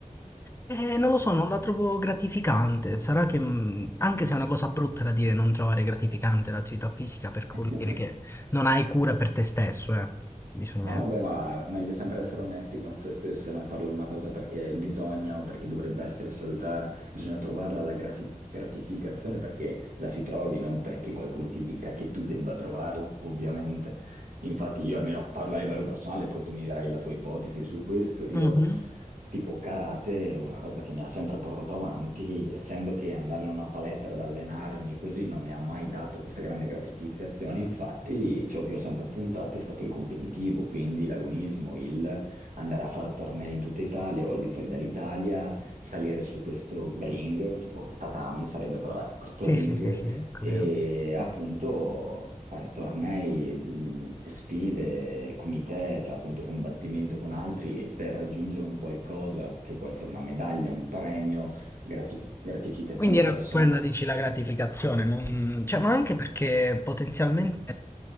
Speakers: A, on the left; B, on the right.
A: Eh, non lo so, non la trovo gratificante. Sarà che, mm, anche se è una cosa brutta da dire, non trovare gratificante l'attività fisica, perché
B: <laughs>
A: vuol dire che non hai cura per te stesso, eh. Bisogna...
B: No, vabbè, ma meglio sempre essere onesti con se stessi e non farlo una cosa perché bisogna o perché dovrebbe essere salutare. Bisogna trovarla la grafi- gratificazione perché la si trovi, non perché qualcuno ti dica che tu debba trovarla, ovviamente. Infatti io almeno parlo a livello personale, poi tu mi darai la tua ipotesi su questo. Io,
A: Mhm.
B: tipo karate, è una cosa che mi ha sempre portato avanti, essendo che andare in una palestra ad allenarmi così non mi ha mai dato questa grande gratificazione, infatti ciò che ho sempre puntato è stato il competitivo, quindi l'agonismo, il andare a fare tornei in tutta Italia o al di fuori dall'Italia, salire su questo ring, si può, tatami sarebbe però eh, questo
A: Sì,
B: ring
A: sì, sì, sì, capito.
B: e appunto fare tornei, mh, sfide, comitè, cioè appunto combattimento con altri per raggiungere un qualcosa che può essere una medaglia, un premio, grafi- gratificazione
A: Quindi era
B: personale.
A: quella, dici, la gratificazione, non- cioè, ma anche perché potenzialmente,